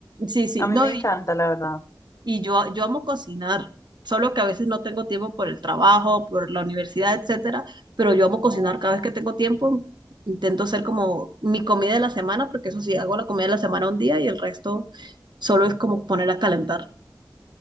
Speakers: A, on the right; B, on the left.
A: Sí, sí,
B: A mí
A: no,
B: me encanta,
A: y,
B: la verdad.
A: Y yo, yo amo cocinar, solo que a veces no tengo tiempo por el trabajo, por la universidad, etcétera, pero yo amo cocinar cada vez que tengo tiempo. Intento hacer como mi comida de la semana, porque eso sí, hago la comida de la semana un día y el resto solo es como ponerla a calentar.